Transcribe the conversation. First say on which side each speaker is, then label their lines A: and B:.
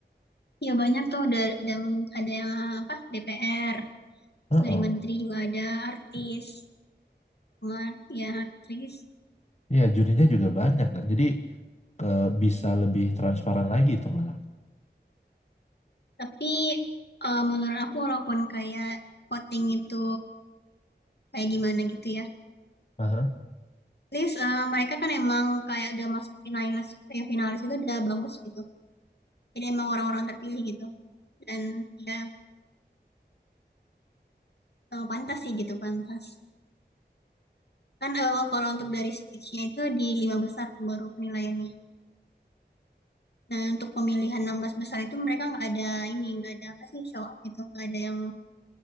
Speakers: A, on the left; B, on the left.
A: Ya banyak tuh ada, ada, ada yang apa DPR, terus
B: Heeh.
A: dari menteri juga ada artis, Cuma, ya artis.
B: Iya jurinya juga banyak kan jadi ke, bisa lebih transparan lagi itu malah
A: Tapi eh, menurut aku walaupun kayak voting itu kayak gimana gitu ya,
B: Aha.
A: least eh, mereka kan emang kayak udah masuk finalis kayak finalis itu udah bagus gitu jadi emang orang-orang terpilih gitu dan ya eh, pantas sih gitu pantas kan eh, kalau untuk dari stage-nya itu di lima besar tuh baru penilaiannya nah untuk pemilihan 16 besar itu mereka nggak ada ini nggak ada apa sih show up gitu nggak ada yang